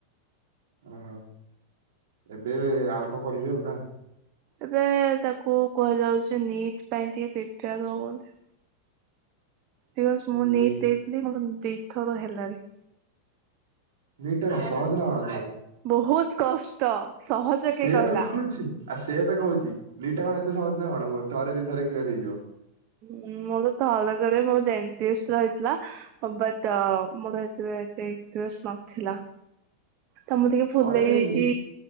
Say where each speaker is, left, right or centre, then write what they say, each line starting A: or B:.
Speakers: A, on the right; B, on the right.
A: ଓହୋ ଏବେ ଆଉ କଣ ପଢିବେ ଆଉ ନା।
B: ଏବେ ତାକୁ କୁହାଯାଉଛି ନିଟ୍ ପାଇଁ ଟିକେ ପ୍ରିପେୟାର ହବ ବୋଧେ। ବିକଜ ମୁଁ
A: ନିଟ୍
B: ନିଟ ଦେଇଥିଲି ମୋର ଦିଥର ହେଲାନି।
A: ନିଟ୍ ଟା କଣ ସହଜ ନା କଣ
B: ବହୁତ କଷ୍ଟ ସହଜ
A: ସେଇଆ
B: କେହି କହିଲା।
A: ତ କହୁଛି। ଆଉ ସେଇଆ ତ କହୁଛି ନିଟ୍ ଟା କଣ ଏତେ ସହଜ ନା କଣ ଥରେ ଦି ଥରରେ କ୍ଲିୟର ହେଇଯିବ।
B: ହୁଁ ମୋର ଥରକରେ ମୋର ଦେଣ୍ଟିଷ୍ଟର ହେଇଥିଲା। ବଟ ମୋର ହେତୀରେ ଏତେ ଇନ୍ତ୍ରେଷ୍ଟ ନଥିଲା। ତ ମୁଁ ଟିକେ ଫୁଲେଇ
A: ଥରକରେ
B: ହେଇକି
A: ନିଟ୍